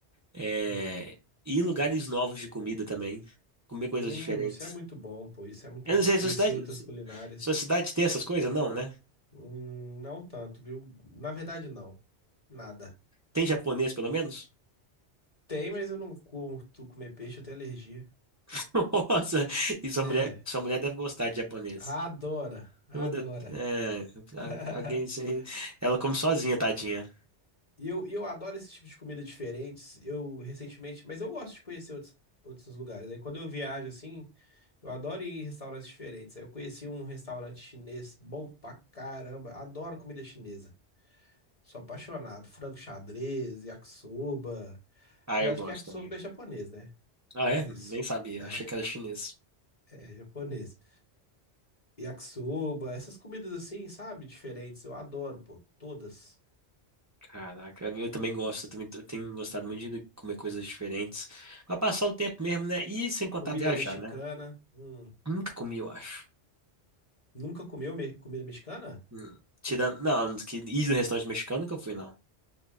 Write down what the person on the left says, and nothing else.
hum,
Hum,
isso é muito bom, pô, isso é muito
bom.
Conhecer
outras culinárias,
hum, não tanto, viu? Na verdade, não. Nada.
Tem, mas eu não curto comer peixe, eu tenho alergia.
É,
adora, adora.
<laughs>
E eu, e eu adoro esse tipo de comida diferentes. Eu recentemente, mas eu gosto de conhecer outros, outros lugares. Aí quando eu viajo assim, eu adoro ir em restaurantes diferentes. Aí eu conheci um restaurante chinês bom pra caramba. Adoro comida chinesa. Sou apaixonado. Frango xadrez, yakisoba.
Apesar
de que yakisoba
é japonês, né?
Mas
é,
é japonês. Yakisoba, essas comidas assim, sabe? Diferentes. Eu adoro, pô. Todas.
Comida
mexicana.
Hum,
Nunca comeu me- comida mexicana?